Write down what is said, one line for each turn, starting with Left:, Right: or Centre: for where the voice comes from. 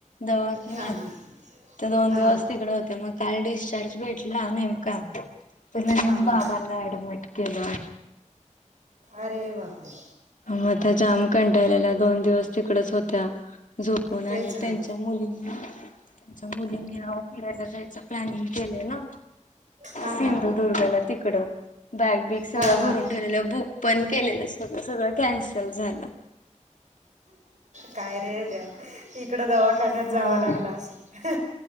Left: दवाखान्यात
Right: हां हां
Left: ते दोन
Right: हां
Left: दिवस तिकडे होते मग काल डिश स्चार्ज भेटला नेमका तर लगेच
Right: हां हां
Left: बाबांना ऍडमिट केलं.
Right: अरे बापरे.
Left: मता जाम कंटाळल्याला दोन दिवस तिकडच होत्या झोपून आणि
Right: तेच
Left: त्यांच्या
Right: ना
Left: मुलगी त्यांच्या मुलींनी नाव फिरायला जायचं प्लॅनिंग केलय ना.
Right: हां
Left: सिंधुदुर्गला
Right: हां
Left: तिकड बॅग बीग सगळं
Right: हां
Left: भरून
Right: हां
Left: ठेवलेलं बुक पण केलेलं सगं सगळं कॅन्सल झालं.
Right: काय रे देव इकड दवाखान्यात
Left: हा
Right: जावं लागलं असल